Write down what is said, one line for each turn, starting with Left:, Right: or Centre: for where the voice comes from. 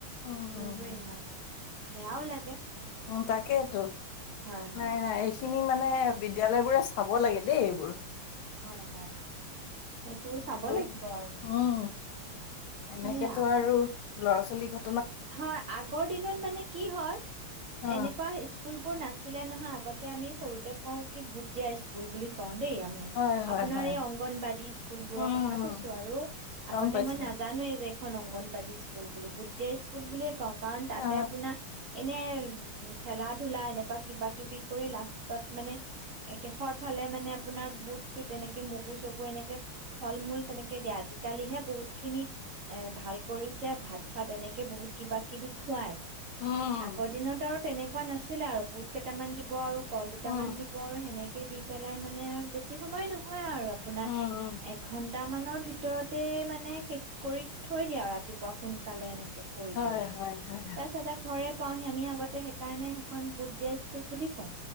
Left: উম
Right: ধৰিবই
Left: উম উম।
Right: নোৱাৰি বেয়াও লাগে।
Left: উম্ তাকেইটো।
Right: হয়, হয়।
Left: নাই নোৱাৰিছ খিনি মানে বিদ্যালয় বোৰে চাব লাগে দেই এইবোৰ।
Right: হয় হয়। সেইবোৰ চাব
Left: এইবোৰ
Right: লাগিব আৰু।
Left: উম এনেকেতো
Right: সেয়া
Left: আৰু, ল'ৰা ছোৱালী ঘ
Right: হয়, আগৰ দিনত মানে কি হয়,
Left: অ
Right: এনেকুৱা স্কু স্কুলবোৰ নাছিলে নহয় আগতে আমি সৰুতে কওঁ কি বুট দিয়া স্কুল বুলি কওঁ দেই আমি।
Left: হয় হয়
Right: আপোনাৰ
Left: হয়
Right: এই অংগনবাদী স্কুল বোৰৰ
Left: উম
Right: কথা
Left: উম,
Right: কৈছো আৰু।
Left: গম
Right: আগতে
Left: পাইছো
Right: মই নাজানোয়ে যে খন অংগনবাদী স্কুল বুলি। বুট দিয়া স্কুল বুলিয়ে কওঁ। কাৰণ তাতে
Left: অ
Right: আপোনাৰ এনে, খেলা ধূলা এনেকুৱা কিবা কিবি কৰি লাষ্টত মানে শেষৰ ফালে মানে আপোনাৰ বুট চুট এনেকে মগু চগু এনেকে ফল মূল তেনেকে দিয়ে। আজিকালিহে বহুত খিনি এ ভাল কৰিছে ভাত চাত এনে কে বহুত কিবা কিবি খুৱায়।
Left: উম
Right: আগৰ দিনত আৰু তেনেকুৱা নাছিলে আৰু বুট কেইটামান দিব আৰু কল দুটামান
Left: উম
Right: দিব আৰু সেনে কে দি পেলাই মানে আৰু বেছি সময় নহয় আৰু, আপোনাৰ
Left: উম উম
Right: এখন, দুটামানৰ ভিতৰতেই মানে শেষ কৰি থৈ দিয়ে আৰু ৰাতিপুৱা সোনকালে এনেকে কৰি
Left: হয়
Right: পেলাই।
Left: হয় হয়
Right: তাৰপিছতে ঘৰে পাওহি আমি আগতে সেইকাৰণে এখন বু দিয়া স্কুল বুলি কওঁ